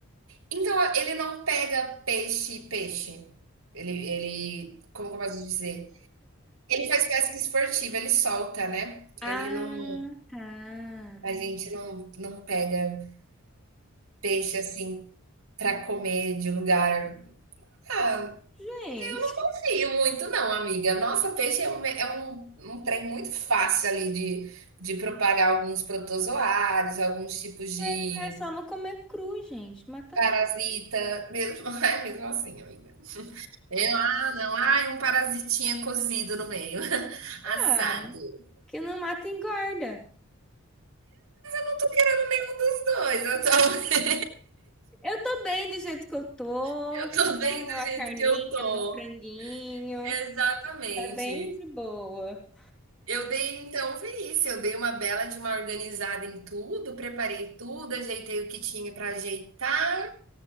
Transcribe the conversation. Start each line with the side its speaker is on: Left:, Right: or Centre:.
Right: Então, ele não pega peixe, e peixe. Ele ele como que eu posso dizer? Ele faz pesca esportiva, ele solta, né.
Centre: Ah,
Right: Ele não
Centre: tá.
Right: a gente não não pega peixe, assim, pra comer de lugar. Ah,
Centre: Gente,
Right: eu não confio muito não, amiga. Nossa, peixe é um é um um trem muito fácil ali de de propagar alguns protozoários, alguns tipos
Centre: Mas
Right: de
Centre: é só não comer cru, gente. Mata
Right: parasita,
Centre: tudo.
Right: mesmo <laughs> É mesmo assim, amiga. Eu, ah, não, ai, um parasitinha cozido no meio, <laughs>
Centre: Ah,
Right: assado. Eu
Centre: que não mata engorda.
Right: não tô querendo nenhum dos dois, eu tô,
Centre: Eu tô bem do jeito que eu tô.
Right: <laughs> eu tô
Centre: Tá bom,
Right: bem
Centre: meu,
Right: do
Centre: a
Right: jeito
Centre: carninha,
Right: que eu tô.
Centre: meu franguinho.
Right: Exatamente.
Centre: Tá bem de boa.
Right: Eu dei, então, foi isso. Eu dei uma bela de uma organizada em tudo, preparei tudo, ajeitei o que tinha pra ajeitar.